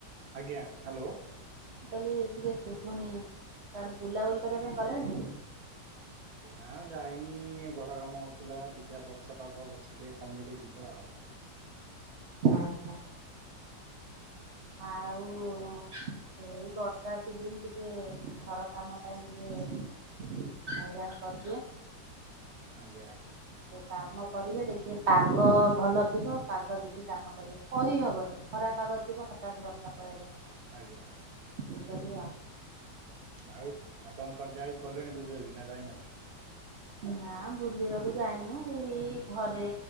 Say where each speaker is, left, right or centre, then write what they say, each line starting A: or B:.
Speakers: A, on the right (about 60°); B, on the right (about 75°).
A: ଆଜ୍ଞା, ହାଲୋ।
B: ମୁ କଲଲି ଟିକେ ଶୁଭୁନି <unintelligible> ବୁଲାବୁଲି କରିବା ପାଇଁ ଗଲେଣି?
A: ନା ଯାଇନି ଏ ଘର କାମ ହେଉଥିଲା ଦେଖିଆ ବର୍ଷା ପାଗ, ବର୍ଷା ଟିକେ କମିଲେ ଯିବା ଆଉ।
B: ହଁ। ଆଉ ଏଇ ବର୍ଷା ସିଜିନ୍ ଟିକେ ଘର କାମ ପାଇଁ ଟିକେ ହଇରାଣ କରିଦିଏ।
A: ଆଜ୍ଞା।
B: କାମ କରିବେ ଦେଖିବେ ପାଗ ଭଲ ଥିବ ପାଗ ଦେଖି କାମ କରିବେ। କହିହବନି ଖରାପ ପାଗ ଥିବ ହଠାତ୍ ବର୍ଷା ପଳେଇ ଆସିବ।
A: ଆଜ୍ଞା।
B: <unintelligible>
A: ଆଉ ଆପଣ କୁଆଡେ ଯାଇ ଗଲେଣି ବୁଲି ବାଲିକି ନା ଯାଇନାହାନ୍ତି?
B: ନା ବୁଲିବାକୁ ଯାଇନୁ, ଏଇ ଘରେ